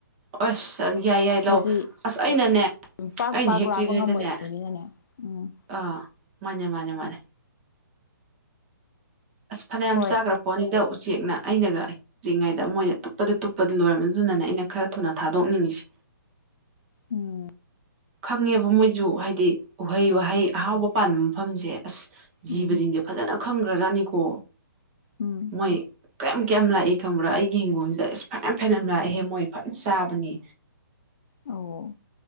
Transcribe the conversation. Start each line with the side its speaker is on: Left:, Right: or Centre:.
Right: ꯑꯣꯁ ꯌꯥꯏ ꯌꯥꯏ ꯂꯥꯛꯑꯣ
Left: ꯍꯥꯏꯗꯤ
Right: ꯑꯁ ꯑꯩꯅꯅꯦ
Left: ꯄꯥꯛ
Right: ꯑꯩꯅ
Left: ꯄꯥꯛ
Right: ꯍꯦꯛꯇ꯭ꯔꯤꯉꯩꯗꯅꯦ
Left: ꯂꯥꯛꯄ ꯉꯝꯃꯣꯏꯗꯕꯅꯤꯅꯅꯦ ꯎꯝ
Right: ꯑ ꯃꯥꯅꯦ ꯃꯥꯅꯦ ꯃꯥꯅꯦ ꯑꯁ ꯐꯅꯌꯥꯝ
Left: ꯍꯣꯏ
Right: ꯆꯥꯈ꯭ꯔ ꯄꯣꯠꯅꯤꯗ ꯎꯆꯦꯛꯅ ꯑꯩꯅꯒ ꯑꯩ ꯇꯧꯗ꯭ꯔꯤꯉꯩꯗ ꯃꯣꯏꯅ ꯇꯨꯞꯄꯗ ꯇꯨꯞꯄꯗ ꯂꯣꯏꯔꯕꯅꯤ ꯑꯗꯨꯅꯅꯦ ꯑꯩꯅ ꯈꯔ ꯊꯨꯅ ꯊꯥꯗꯣꯛꯅꯤꯡꯉꯤꯁꯦ
Left: ꯎꯝ
Right: ꯈꯪꯉꯦꯕ ꯃꯣꯏꯁꯨ ꯍꯥꯏꯗꯤ ꯎꯍꯩ
Left: ꯑꯥ
Right: ꯋꯥꯍꯩ ꯑꯍꯥꯎꯕ ꯄꯥꯟꯕ ꯃꯐꯝꯁꯦ ꯑꯁ ꯖꯤꯕꯖꯤꯡꯖꯦ
Left: ꯎꯝ
Right: ꯐꯖꯅ ꯈꯪꯒ꯭ꯔꯖꯥꯠꯅꯤꯀꯣ
Left: ꯎꯝ
Right: ꯃꯣꯏ ꯀꯌꯥꯝ ꯀꯌꯥꯝ ꯂꯥꯛꯏ ꯈꯪꯕ꯭ꯔꯥ ꯑꯩꯒꯤ ꯍꯤꯡꯒꯣꯜꯖꯤꯗ ꯑꯁ ꯐꯅꯌꯥꯝ ꯐꯅꯌꯥꯝ ꯂꯥꯛꯏꯍꯦ ꯃꯣꯏ ꯐꯖꯅ ꯆꯥꯕꯅꯤ
Left: ꯑꯧ